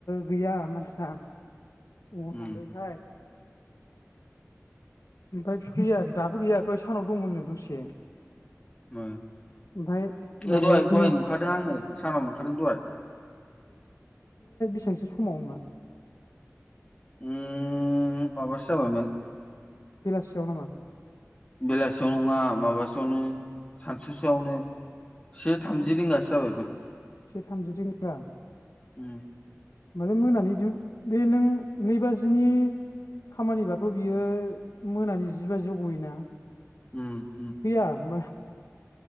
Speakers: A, on the left (about 85°); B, on the left (about 20°).
A: गैया मानसिया बबाव
B: उम
A: थांदोंथाय ओमफ्राय फैया दाबो गैयााथ' सानाव दंमोननो दसे।
B: मा।
A: ओमफ्राय माबाया
B: ए दहाय
A: बिदिनो
B: दहाय नुखादों आङो सानाव नुखादों दहाय।
A: बेसोंसो समाव नुआ।
B: उम माबासो जाबायमोन
A: बेलासियाव नामा।
B: बेलासियाव नङा माबासोयावनो सानसुसोआवनो से थामजि रिंगासो जाबायमोन।
A: से थामजि रिंगा।
B: उम
A: माने मोनानि बे नों नै बाजिनि खामानिबाथ' बियो मोनानि जि बाजियाव गयोना।
B: उम उम
A: गैया म